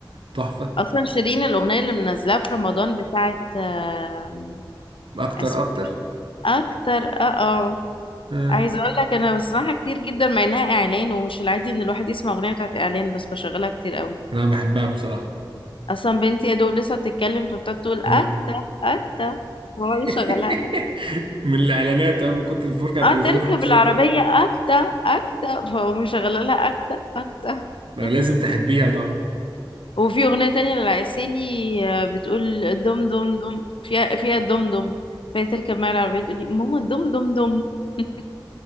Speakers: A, on the right; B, on the left.
A: تحفة
B: اصلا شيرين الاغنية اللي منزلها في رمضان بتاعت آه،
A: أكتر
B: اسمها
A: أكتر
B: إيه؟ اكتر اه آه.
A: آه.
B: عايزه اقول لك انا بسمعها كتير جدا مع انها اعلان ومش العادي ان الواحد يسمع اغنيه بتاعت اعلان بس بشغلها كتير قوي
A: أنا بحبها بصراحة
B: اصلا بنتي يا دوب لسه بتتكلم فبتقعد تقول اكتا
A: آه.
B: اكتا فهو اللي
A: <laughs>
B: شغلها لها
A: من الإعلانات أنا من كتر الفرجة على
B: اه
A: التلفزيون
B: تركب
A: حفظتها
B: العربيه اكتا اكتا فهو مشغلها لها اكتا اكتا
A: لا،
B: <laughs>
A: لازم تحبيها طبعا
B: وفي اغنيه تانية للعسيلي آه، بتقول دم دم دم فيها فيها دم دم فهي تركب معايا العربيه تقول لي ماما دم دم دم <laughs>